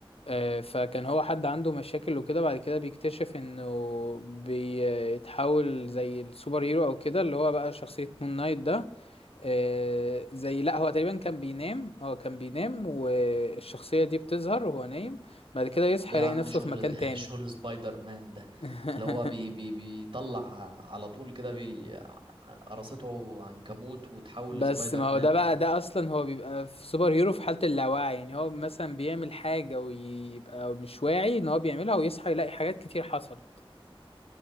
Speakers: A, on the left; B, on the right.
A: آه، فكان هو حد عنده مشاكل وكده بعد كده بيكتشف انه بيتحول زي السوبر هيرو او كده اللي هو بقى شخصيه مون نايت ده آه، زي لا هو تقريبا كان بينام اه كان بينام والشخصية دي بتظهر وهو نايم بعد كده يصحى
B: ايه يا
A: يلاقي
B: عم
A: نفسه
B: شغل
A: في مكان
B: <laughs>
A: تاني
B: شغل سبايدر مان ده
A: <laughs>
B: اللي هو بي بي بيطلع على طول كده بي ع- قرصته عنكبوت وتحول
A: بس
B: لسبايدر
A: ما
B: مان
A: هو ده بقى
B: و...
A: ده اصلا هو بيبقى في سوبر هيرو في حالة اللاوعي يعني هو مثلا بيعمل حاجة ويبقى مش واعي ان هو بيعملها ويصحى يلاقي حاجات كتير حصلت